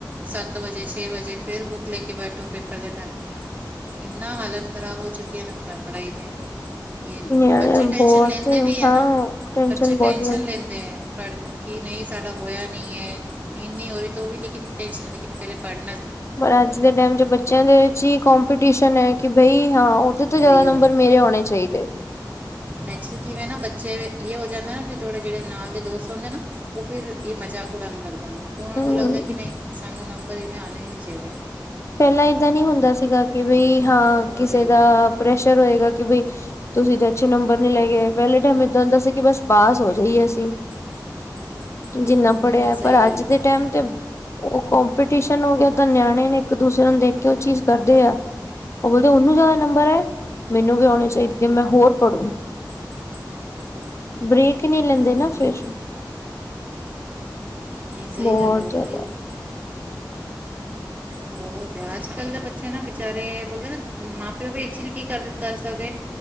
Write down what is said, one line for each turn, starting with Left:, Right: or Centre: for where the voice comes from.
Right: ਸੱਤ ਵਜੇ, ਛੇ ਵਜੇ ਫੇਰ ਬੁੱਕ ਲੇਕੇ ਬੈਠੋ, ਪੇਪਰ ਦੇ ਟੈਂਮ ਤੇ ਇੰਨਾ ਹਾਲਤ ਖ਼ਰਾਬ ਹੋ ਚੁੱਕੀ ਏ ਨਾ, ਪੜਾਈ ਨੇ ਏ ਨੀ,
Left: ਨਿਆਣੇ
Right: ਬੱਚੇ ਟੈਂਸ਼ਨ
Left: ਬਹੁਤ
Right: ਲੇਂਦੇ ਵੀ ਐ
Left: ਹਾਂ
Right: ਨਾ,
Left: ਟੈਨਸ਼ਨ
Right: ਬੱਚੇ
Left: ਬਹੁਤ
Right: ਟੈਂਸ਼ਨ
Left: ਲੈਂਦੇ
Right: ਲੇਂਦੇ ਐ। ਪੱੜ, ਕੀ ਨਈ ਸਾਡਾ ਹੋਇਆ ਨੀ ਐ, ਨੀਂਦ ਨੀ ਹੋ ਰੀ ਤੋ ਵੀ ਲੇਕਿਨ ਟੈਂਸ਼ਨ, ਲੇਕਿਨ ਪੈਲੇ ਪੱੜ।
Left: ਪਰ ਅੱਜ ਦੇ ਟਾਈਮ 'ਚ ਬੱਚਿਆਂ ਦੇ 'ਚ ਈ, ਕੋਮਪੀਟੀਸ਼ਨ ਐ ਕਿ ਬਈ, ਹਾਂ ਓ ਸਬ ਤੋ ਜ਼ਾਦਾ
Right: ਉਹੀ
Left: ਨੰਬਰ ਮੇਰੇ ਔਣੇ ਚਾਈਦੇ।
Right: ਐਕਚੁਲੀ ਕਿਵੇਂ ਨਾ ਬੱਚ ਬੱਚੇ ਦੇ ਯੇ ਹੋ ਜਾਂਦਾ ਨਾ, ਫਿਰ ਤੋੜੇ ਜੇੜੇ ਨਾਲ ਦੇ ਦੋਸਤ ਹੁੰਦੇ ਨਾ, ਓ ਫਿਰ ਏ ਮਜ਼ਾਕ ਉੜਾਨ ਲਾਗ ਜਾਂਦੇ ਨੇ। ਤੋ ਓਨਾਂ
Left: ਹਮ
Right: ਨੂੰ ਲੱਗਦਾ ਕਿ ਨਈ, ਸਾਨੂੰ ਨੰਬਰ ਇੰਨੇ ਆਨੇ ਈ ਨਈ ਚਾਈਦੇ।
Left: ਪਹਿਲਾਂ ਏਦਾਂ ਨੀ ਹੁੰਦਾ ਸੀਗਾ ਕਿ ਬਈ
Right: ਚਾਹੀਦੇ
Left: ਹਾਂ,
Right: ਉਹੀ
Left: ਕਿਸੇ ਦਾ ਪ੍ਰੈਸ਼ਰ ਹੋਏਗਾ ਕਿ ਬਈ ਤੁਸੀ ਤੇ ਅੱਛੇ ਨੰਬਰ ਨੀ ਲੈਕੇ ਆਏ, ਪੈਲ੍ਹੇ ਟਾਈਮ ਏਦਾਂ ਹੁੰਦਾ ਸੀ ਕਿ ਬਾਸ ਪਾਸ ਹੋ ਜਾਈਏ ਅਸੀਂ।
Right: <inaudible>
Left: ਜਿੰਨਾ
Right: ਹੂੰ
Left: ਪੜਿਆਂ,
Right: ਸਹੀ
Left: ਪਰ
Right: ਗੱਲ
Left: ਅੱਜ ਦੇ
Right: ਹੈ
Left: ਟਾਈਮ ਤੇ ਓ ਕੋਮਪੀਟੀਸ਼ਨ ਹੋ ਗਿਆ ਤਾਂ ਨਿਆਣੇ ਨੇ ਇੱਕ ਦੂਸਰੇ ਨੂੰ ਦੇਖ ਕੇ ਓ ਚੀਜ਼ ਕਰਦੇ ਆ। ਓ ਬੋਲਦੇ ਓਨੂੰ ਜ਼ਾਦਾ ਨੰਬਰ ਆਏ, ਮੈਨੂੰ ਵੀ ਔਣੇ ਚਾਈਦੇ, ਮੈਂ ਹੋਰ ਪੜੂ
Right: <inaudible>
Left: ਬ੍ਰੇਕ ਈ ਨੀ ਲੈਂਦੇ
Right: ਹੂੰ
Left: ਨਾ, ਫੇਰ।
Right: ਨਈ ਸਈ
Left: ਬਹੁਤ
Right: ਗੱਲ ਏ, ਓ
Left: ਜ਼ਿਆਦਾ
Right: ਤਾ ਹੈ ਈ ਐ। ਬਹੁਤ ਆ, ਅੱਜ-ਕੱਲ੍ਹ ਦੇ ਬੱਚੇ ਨਾ ਵਿਚਾਰੇ ਬੋਲਦੇ ਨਾ, ਮਾਂ-ਪਿਓ ਵੀ ਇੱਕ ਚੀਜ਼ ਕੀ ਕਰ-ਕਰ ਸਕਦੇ।